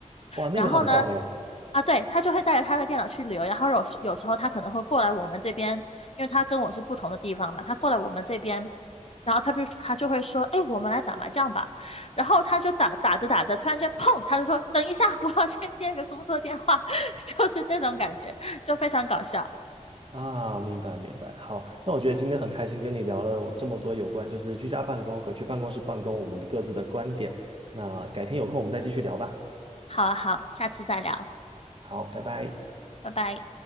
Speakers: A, on the right (about 45°); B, on the left (about 50°).
A: 哇，那个很棒哎！
B: 然后呢，啊，对，他就会带着他的电脑去旅游，然后有时有时候他可能会过来我们这边，因为他跟我是不同的地方嘛，他过来我们这边，然后他不他就会说，哎，我们来打麻将吧，然后他就打打着打着，突然间砰，他就说，等一下，我要先接个工作电话，<laughs> 就是这种感觉，就非常搞笑。
A: 啊，明白明白。好，那我觉得今天很开心跟你聊了这么多有关就是居家办公和去办公室办公我们各自的观点。那改天有空我们再继续聊吧。
B: 好啊，好，下次再聊，
A: 好，拜拜。
B: 拜拜。